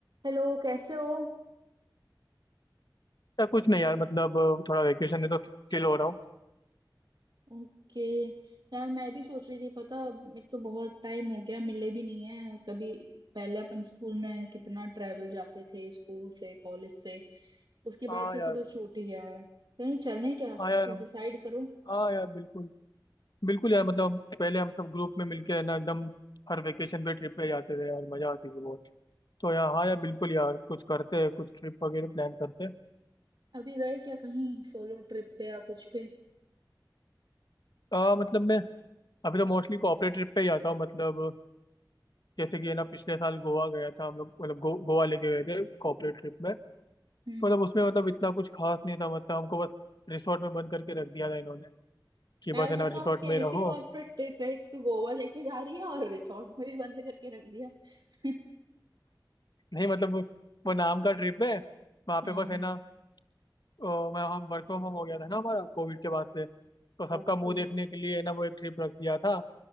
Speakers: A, on the right; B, on the left.
A: हेलो कैसे हो
B: या कुछ नहीं यार मतलब थोड़ा वेकेशन है तो चिल हो रहा हूँ
A: ओके यार मैं भी सोच रही थी पता एक तो बहुत टाइम हो गया मिले भी नहीं है कभी पहले अपन स्कूल में कितना ट्रेवल जाते थे स्कूल से कॉलेज से उसके
B: हाँ
A: बाद से
B: यार
A: तो बस छूट ही गया है कहीं चलें क्या कुछ
B: हाँ यार
A: डिसाइड करो
B: हाँ यार बिल्कुल बिल्कुल यार मतलब पहले हम सब ग्रुप में मिलके है ना एकदम हर वेकेशन पे ट्रिप पे जाते थे यार मजा आती थी बहुत तो यार हाँ यार बिल्कुल यार कुछ करते हैं कुछ ट्रिप वगैरह प्लान करते हैं
A: अभी गए क्या कहीं सोलो ट्रिप पे या कुछ पे
B: आ, मतलब मैं अभी तो मोस्टली कॉर्पोरेट ट्रिप पे ही जाता हूँ मतलब जैसे कि है ना पिछले साल गोवा गया था हम लोग मतलब गो, गोवा लेके गए थे कॉर्पोरेट ट्रिप में तो
A: हम्म
B: मतलब उसमें मतलब इतना कुछ खास नहीं था मतलब हमको बस रिसोर्ट में बंद करके रख दिया था इन्होंने कि बस
A: यार
B: है
A: बताओ
B: ना रिसोर्ट
A: कैसी
B: में रहो
A: कॉर्पोरेट ट्रिप है एक तो गोवा लेके जा रही है और रिसोर्ट में भी बंद करके रख दिया <laughs>
B: नहीं मतलब वो वो नाम का ट्रिप है वहाँ
A: हम्म
B: पे बस है ना अ, मैं हम वर्क फ्रॉम होम हो गया था ना हमारा कोविड के बाद से तो सबका
A: ओके
B: मुंह देखने के लिए है ना वो एक ट्रिप रख दिया था